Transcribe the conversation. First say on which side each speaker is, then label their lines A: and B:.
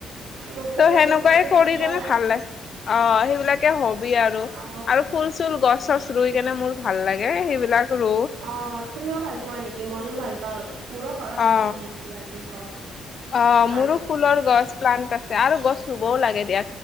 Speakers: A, on the right (about 75°); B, on the left (about 50°).
A: নতুন
B: ত
A: নতুন
B: সেনেকুৱাই
A: বস্তু শিকিবও
B: কৰি কিনে ভাল লাগে অ সেইবিলাকে হবি আৰু
A: অ
B: আৰু ফুল চুল গছ চচ ৰুই কেনে মোৰ ভাল লাগে সেইবিলাক ৰু
A: অ তুমিও ভাল পোৱা নেকি মইও ভাল পাওঁ মোৰো ঘৰত
B: অ
A: আছে বহুত কিবা কিবি গছ।
B: অ
A: প্লান্ট
B: মোৰো ফুলৰ গছ প্লান্ত আছে আৰু গছ ৰুবও লাগে দিয়া।